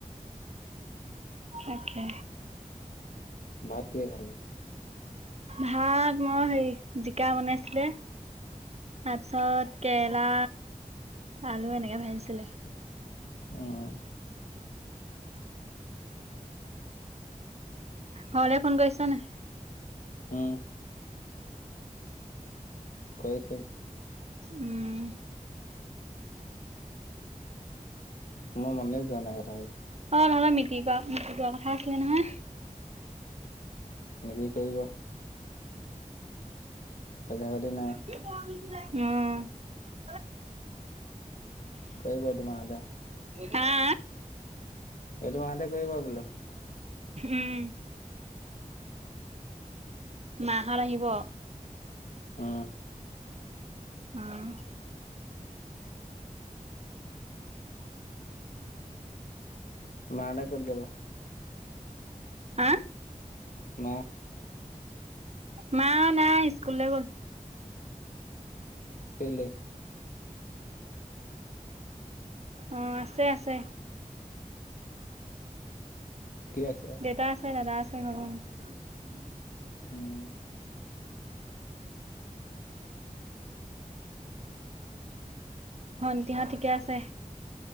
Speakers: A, on the right; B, on the left.
A: তাকে।
B: ভাত কি খালি।
A: ভাত মই হেৰি জিকা বনাইছিলে তাৰপিছত কেৰেলা আলু এনেকে ভাজিছিলে।
B: উম।
A: ঘলে ফোন কৰিছ নে।
B: উমহ। কৈছ।
A: উম
B: মই মানে যোৱা নে ক। <unintelligible>
A: অ নানা মিটিক- মিটিক। কথা আছিলে নহয়।
B: নেনি কৰিব। <unintelligible> পইচা পাতি নাই
A: ম <unintelligible> উম।
B: কেই ব তোমা হতে। <unintelligible>
A: হা।
B: সেইটো মাহাতে কৰিব বোলো।
A: উম মাহত আহিব।
B: আহ।
A: উম।
B: মাহতে কত গল।
A: হা।
B: মা
A: মা নাই স্কুললে গ'ল।
B: কেলে।
A: অ আছে- আছে।
B: কি আছে?
A: দেউতা আছে দাদা আছে। উম <unintelligible>
B: উম।
A: ভণ্টিহত ঠিকে আছে। <unintelligible>